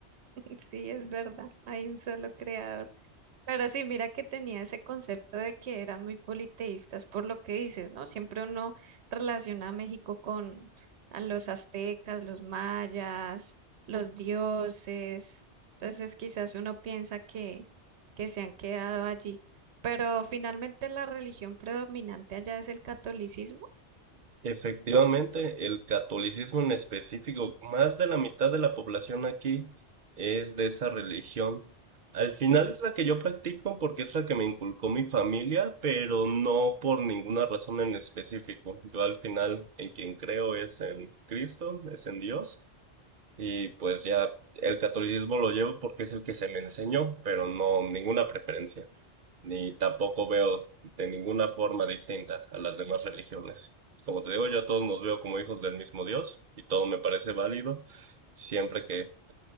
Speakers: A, on the right; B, on the right.
A: <laughs> Sí, es verdad, hay un solo creador. Pero sí, mira que tenía ese concepto de que eran muy politeístas por lo que dices, ¿no? Siempre uno relaciona a México con a los aztecas, los mayas, los dioses. Entonces, quizás uno piensa que, que se han quedado allí. Pero finalmente la religión predominante allá es el catolicismo.
B: Efectivamente, el catolicismo en específico, más de la mitad de la población aquí es de esa religión. Al final es la que yo practico porque es la que me inculcó mi familia, pero no por ninguna razón en específico. Yo al final en quien creo es en Cristo, es en Dios, y pues ya el catolicismo lo llevo porque es el que se me enseñó, pero no ninguna preferencia ni tampoco veo de ninguna forma distinta a las demás religiones. Como te digo, yo a todos nos veo como hijos del mismo Dios y todo me parece válido siempre que